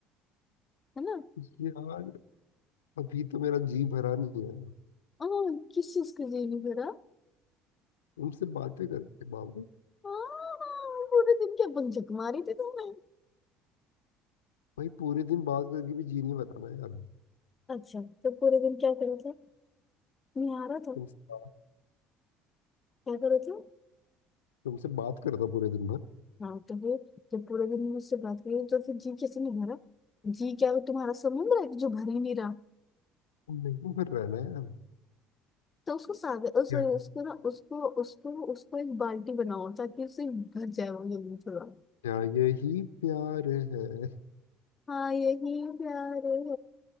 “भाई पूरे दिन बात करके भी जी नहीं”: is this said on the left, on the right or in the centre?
Left